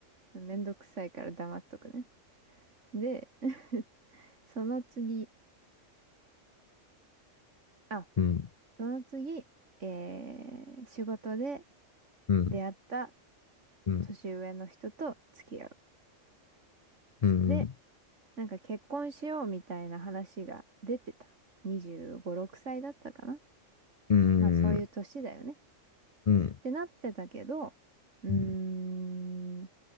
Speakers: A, on the right; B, on the left.
A: めんどくさいから黙っとくね。で、<laughs> その次、あ、
B: うん、
A: その次、えー、仕事で
B: うん、
A: 出会った
B: うん、
A: 年上の人と付き合う。
B: うん、
A: で、なんか結婚しようみたいな話が出てた。25、6歳だったかな。
B: うん、うん、
A: まあそういう年だよね。
B: うん、
A: ってなってたけど、うーん、
B: うん、